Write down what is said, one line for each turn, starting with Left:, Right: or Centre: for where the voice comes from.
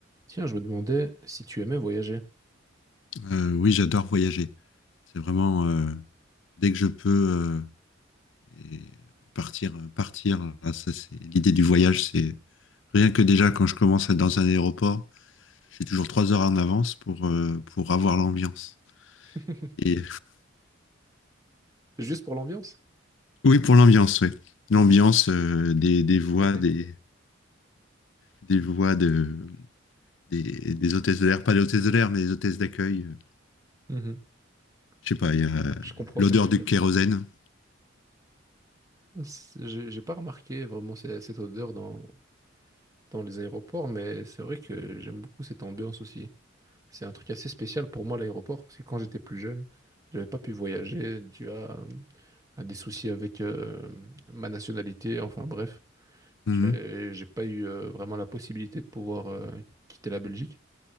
Right: Tiens, je me demandais si tu aimais voyager.
Left: Euh, oui, j'adore voyager. C'est vraiment euh, dès que je peux euh, et partir, partir. là, ça, c'est l'idée du voyage. C'est rien que déjà quand je commence à être dans un aéroport, je suis toujours trois heures en avance pour euh, pour avoir l'ambiance.
Right: <laughs>
Left: Et
Right: Juste pour l'ambiance.
Left: <laughs> oui, pour l'ambiance, oui. L'ambiance euh, des, des voix,
Right: <laughs>
Left: des des voix de des, des hôtesses de l'air, pas des hôtesses de l'air, mais des hôtesses d'accueil. Euh,
Right: Mhm.
Left: Je sais pas,
Right: Je,
Left: il y a
Right: je comprends
Left: l'odeur
Right: ce que tu veux
Left: du
Right: dire.
Left: kérosène.
Right: C'est- J'ai j'ai pas remarqué vraiment ce- cette odeur dans, dans les aéroports, mais c'est vrai que j'aime beaucoup cette ambiance aussi. C'est un truc assez spécial pour moi, l'aéroport, parce que quand j'étais plus jeune, j'avais pas pu voyager dû à, à des soucis avec euh, ma nationalité. Enfin bref,
Left: Mhm.
Right: j'ai j'ai pas eu euh, vraiment la possibilité de pouvoir euh, quitter la Belgique,